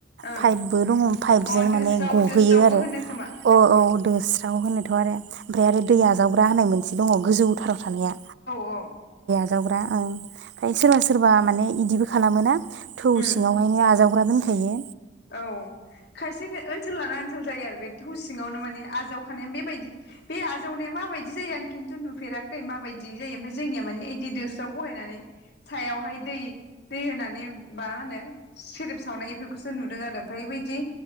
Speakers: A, on the left; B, on the right.
A: ओं
B: पाइपबो दङ पाइपजों
A: अ
B: माने
A: दोस्राव
B: गहैयो
A: दोस्रावबो
B: आरो अ
A: होनो खोमा
B: औ। दोस्राव होनोथ' आरो ओमफ्राय आरो दै आजावग्रा होनाय मोनसे दङ गोजौथाराव थानाया।
A: अ।
B: जावग्रा ओं ओमफ्राय सोरबा सोरबा माने इदिबो खालामोना थौ
A: उम
B: सिङावहायनो आजावग्रा दोन खायो।
A: औ खायसे ओनसोल लाना ओनसोल जायो आरो बे थौ सिङावनो माने आज जावखानाया बेबायदि बे आजावनाया माबायदि जायो आं खिन्थु नुफेराखै माबायदि जायो ओमफ्राय जोंनिया माने इदि दोस्राव बहायनानै सायावहाय दै दै होनानै मा होनो सेरेब सावनाय बेफोरख नुदों आरो ओमफ्राय बोयदि